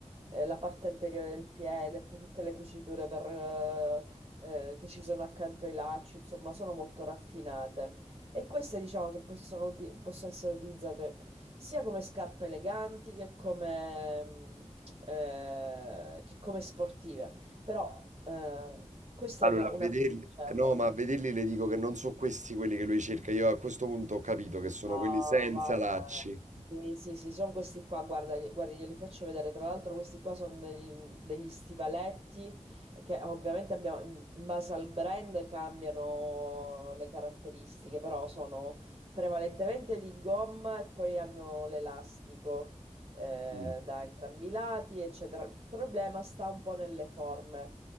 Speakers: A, on the right; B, on the right.
A: eh, la parte anteriore del piede, e poi tutte le cuciture per, eh, eh, che ci sono accanto ai lacci, insomma, sono molto raffinate. E queste diciamo che possono, uti- possono essere utilizzate sia come scarpe eleganti che come, mm, eh, che come sportive. Però eh, questa
B: Allora,
A: è una,
B: a
A: una
B: vederli,
A: scelta.
B: eh, no, ma a vederli le dico che non sono questi quelli che lui cerca. Io a questo punto ho capito che sono
A: Ah,
B: quelli senza
A: vabbè.
B: lacci.
A: Sì, sì, sì, sono questi qua, guarda, gli- guardi, glieli faccio vedere. Tra l'altro questi qua sono degli, degli stivaletti che ovviamente abbiamo, in in base al brand cambiano le caratteristiche, però sono prevalentemente di gomma e poi hanno l'elastico eh,
B: Mm.
A: da entrambi i lati, eccetera. Il problema sta un po' nelle forme.